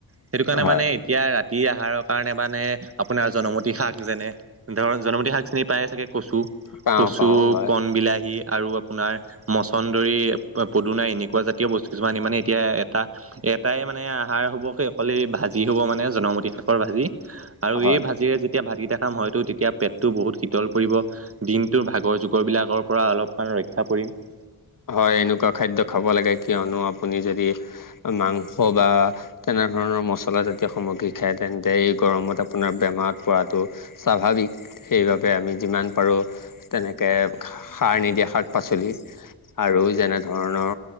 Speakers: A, on the right; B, on the left.
A: সেইটো কাৰণে
B: হয়
A: মানে এতিয়া ৰা তি আহাৰৰ কাৰণে বাানে আপোনাৰ জনমতি শাক যেনে ধৰ জনমতী শাক চিনি পায় চাগে- কচু
B: পাওঁ
A: কচু
B: পাওঁ হয়
A: কণবলাহী আৰু আপোনাৰ মছন্দৰী- নাই এনেকুৱা জাতীয় বস্তু কিছুমান মানে এতিয়া এটা এটাই মানে আহাৰ হ'ব স অকলে ভাজি হ'ব- মানে জনমতি শাকৰ ভাজি আৰু
B: হয়।
A: এই ভাজিৰে যেতিয়া ভাতকেইটা- হয়তো তেতিয়া পেটতটো বহুত শীতল পৰিব দিনটোৰ ভাগৰ জগৰ বিলাকৰ পৰা অলপমান ৰক্ষা পৰিব- <inaudible>
B: হয় এনেকুৱা খাদ্য খাব লাগে কিয়নো আপুনি যদি মাংস বা তেনে- তেনে ধৰণৰ মছলাজাতীয় সামগ্ৰী খায় তেন্তে এই গৰমত আপোনাৰ বেমাৰত পৰাটো স্বাভাৱিক- সেইবাবে আমি যিমান পাৰোঁ তেনেকে সাৰ নিদিয়া শাক পাচলি- আৰু যেনে ধৰণৰ